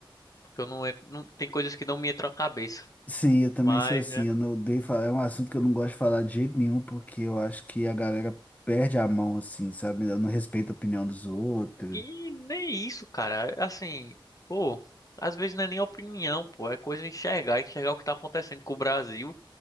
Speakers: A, on the left (about 40°); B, on the left (about 15°).
A: Porque eu não. en- não tem coisas que não me entram na cabeça.
B: Sim, eu também
A: Mas,
B: sou assim.
A: né?
B: Eu não odeio falar. É um assunto que eu não gosto de falar de jeito nenhum, porque eu acho que a galera perde a mão, assim, sabe? Eu não respeito a opinião dos outros.
A: E nem isso, cara. Assim, pô, às vezes não é nem opinião, pô. É coisa de enxergar, enxergar o que tá acontecendo com o Brasil